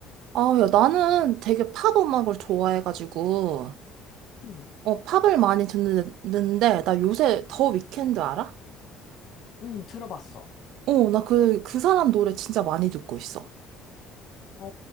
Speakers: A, on the right (about 65°); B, on the left (about 60°).
A: 아, 야, 나는 되게 팝 음악을 좋아해가지고,
B: 응,
A: 어, 팝을 많이 듣는데, 나 요새 더 위켄드 알아?
B: 응, 들어봤어.
A: 어, 나 그, 그 사람 노래 진짜 많이 듣고 있어.
B: 어,